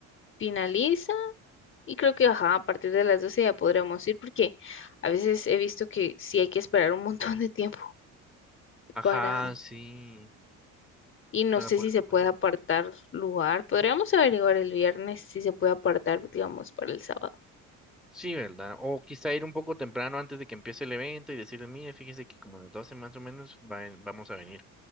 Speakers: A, on the left; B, in the centre.
A: finaliza y creo que, ajá, a partir de las 12 ya podríamos ir porque a veces he visto que sí hay que esperar un montón de tiempo
B: Ajá,
A: para
B: sí.
A: y no
B: Para
A: sé
B: poder
A: si se
B: comer.
A: puede apartar lugar. Podríamos averiguar el viernes si se puede apartar, digamos, para el sábado.
B: Sí, ¿verdad? O quizá ir un poco temprano antes de que empiece el evento y decirle, mire, fíjese que como a las 12 más o menos va en- vamos a venir.